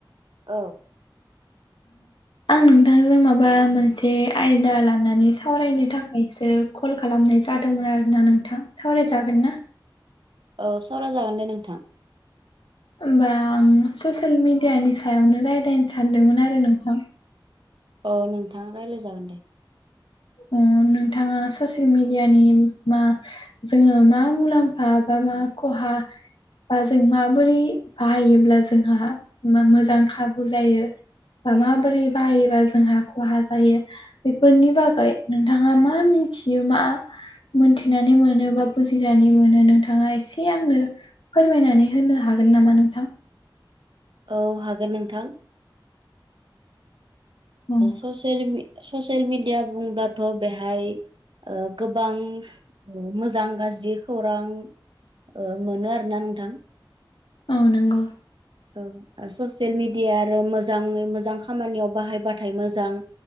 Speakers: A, on the right; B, on the left.
A: औ।
B: आं नोंथांजों माबा मोनसे आयदा लानानै सावरायनो थाखायसो। कल खालामनाय जादोंमोन आरोना नोंथां सावरायजागोन ना।
A: औ सावराय जागोन दे नोंथां।
B: होमबा आं ससियेल मिडियानि सायावनो राय्लायनो सानदोंमोन आरो नोंथां।
A: औ नोंथां रायज्लायजागोन दे।
B: ओ नोंथाङा ससियेल मिडियानि मा। जोङो मा मुलाम्फा बा मा खहा। बा जों माबोरै बाहायोब्ला जोंहा मो मोजां खाबु जायो। बा माबोरै बाहायोबा जोंहा खहा जायो बेफोरनि बागै। नोंथाङा मा मिथियो मा। मोनथिनानै मोनो बा बुजिनानै मोनो नोंथाङा एसे आंनो। फोरमायनानै होनो हागोन नामा नोंथां।
A: औ हागोन नोंथां।
B: ओं।
A: ससिलमि ससिल मिडिया बुंब्लाथ' बेहाय ओ गोबां। औ मोजां गाज्रि खौरां ओ मोनो आरोना नोंथां।
B: औ नंगौ।
A: औ ससियेल मिडिया आरो मोजाङै मोजां खामानियाव बाहायबाथाय मोजां।